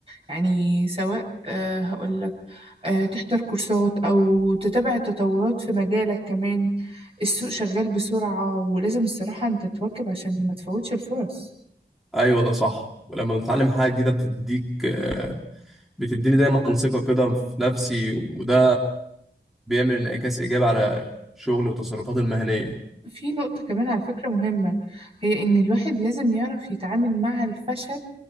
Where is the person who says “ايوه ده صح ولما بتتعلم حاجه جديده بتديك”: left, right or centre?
Centre